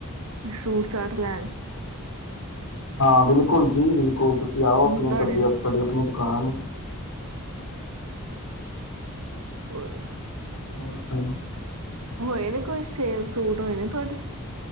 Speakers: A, on the right (about 80°); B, on the left (about 85°).
A: ਸੂਟ ਸਾਟ ਲੈਣ।
B: ਹਾਂ। ਬਿਲਕੁਲ ਜੀ, ਬਿਲਕੁਲ ਤੁਸੀਂ। ਤੁਸੀ ਆਓ ਆਪਣੀ
A: ਹੁਣ ਤੁਹਾਡੇ
B: ਤ ਤੁਹਾਡੀ ਆਪਣੀ ਦੁਕਾਨ ਹੈ।
A: ਹੋਰ
B: <inaudible> ਹੋਰ ਸੁਣਾਓ
A: ਹੋਏ ਨੇ ਕੋਈ ਸੇਲ ਸੂਟ ਹੋਏ ਨੇ ਤੁਹਾਡੇ।